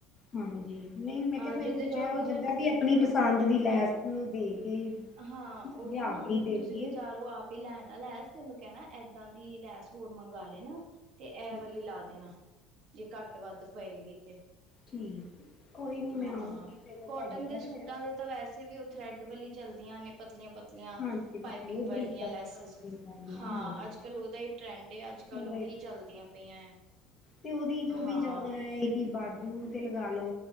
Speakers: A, on the left (about 20°); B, on the right (about 45°).
A: ਹਾਂਜੀ, ਨਹੀਂ ਮੈਂ
B: ਅਹ
A: ਕਿਹਾ ਫਿਰ
B: ਜਿਹਦੇ
A: ਉਹ
B: ਚ
A: ਇਹ
B: ਉਹਨੂੰ
A: ਹੋ ਜਾਂਦਾ ਵੀ ਆਪਣੀ ਪਸੰਦ ਦੀ ਲੈਸ- ਦੇ ਕੇ
B: ਹਾਂ
A: ਲਿਆ
B: ਉਹੀ ਨਾ
A: ਕੇ ਹੀ ਦੇ
B: ਤੁਸੀਂ
A: ਦੀਏ
B: ਬਾਜ਼ਾਰੋ ਆਪ- ਲੈ ਆਣਾ ਲੈਸ, ਉਹਨੂੰ ਕਹਿਣਾ ਏਦਾਂ ਦੀ ਲੈਸ ਹੋਰ ਮੰਗਵਾ ਲੈਣਾ। ਤੇ ਇਹ
A: ਠੀਕ
B: ਵਾਲੀ ਲਾ ਦੇਣਾ, ਜੇ ਘੱਟ ਵੱਧ ਪਏਗੀ ਤੇ,
A: ਠੀਕ ਕੋਈ ਨੀ ਮੈਂ
B: ਹਾਂ,
A: ਆਊਂਗੀ ਫੇਰ ਤੁਹਾਡੇ
B: ਕੋਟਨ ਦੇ
A: ਵੱਲ
B: ਸੂਟਾਂ
A: ਫੇਰ
B: ਦੇ ਤਾਂ ਵੈਸੇ- ਵੈਸੇ ਵੀ ਉਹ ਥਰੈਡ ਵਾਲੀ ਚਲਦੀਆਂ ਨੇ ਪਤਲੀਆਂ- ਪਤਲੀਆਂ।
A: ਹਾਂਜੀ ਪਤਲੀ
B: ਪਾਈਪਿੰਗ
A: ਉਹ ਬਰੀਕ
B: ਵਰਗੀਆਂ
A: ਵਾਲੀ
B: ਲੈਸਿਸ,
A: ਹਾਂਜੀ ਵਧੀਆ
B: ਹਾਂ
A: ਹਾਂਜੀ
B: ਅੱਜ ਕੱਲ ਉਹਦਾ ਹੀ- ਟਰੈਂਡ ਆ ਅੱਜ ਕੱਲ
A: ਉਹਦਾ
B: ਉਹੀ
A: ਹੀ
B: ਚੱਲਦੀਆਂ ਪਈਆਂ
A: ਤੇ ਉਹਦੀ ਜੋ ਵੀ
B: ਹਾਂ।
A: ਜ਼ਿਆਦਾ ਹੈ ਕਿ ਬਾਜੂ ਤੇ ਲਗਾ ਲੋ